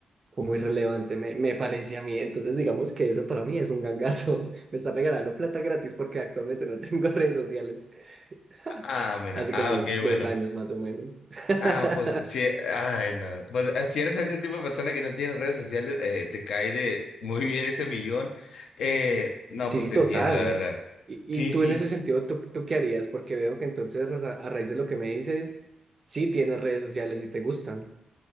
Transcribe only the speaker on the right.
fue muy relevante, me, me parece a mí. Entonces, digamos que eso para mí es un gangazo. <laughs> Me está regalando plata gratis porque actualmente no tengo <laughs> redes sociales. <laughs>
Hace
como
dos
años más o menos. <laughs>
Sí,
total.
Y,
y tú
en ese sentido, ¿tú, tú qué harías? Porque veo que entonces a, a raíz de lo que me dices, sí tienes redes sociales y te gustan.